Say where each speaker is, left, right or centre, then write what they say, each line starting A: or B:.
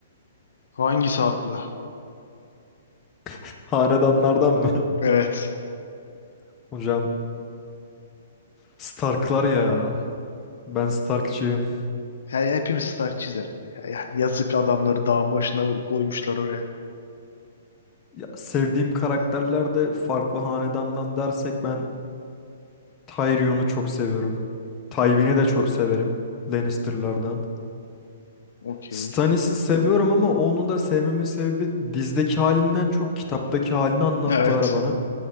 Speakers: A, on the left; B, on the left.
A: Hangisi haklı?
B: <laughs> Hanedanlardan mı?
A: Evet.
B: <laughs> Hocam Stark'lar ya. Ben Stark'çıyım.
A: He, hepimiz star çizer. Yani yazık adamları dağın başına koymuşlar oraya.
B: Ya, sevdiğim
A: Hı,
B: karakterler de farklı hanedandan dersek ben Tyrion'u çok seviyorum. Tywin'i de çok severim. Lannister'lardan.
A: okey.
B: Stannis'i seviyorum ama onu da sevmemin sebebi dizdeki halinden çok kitaptaki halini anlattılar
A: Evet.
B: bana.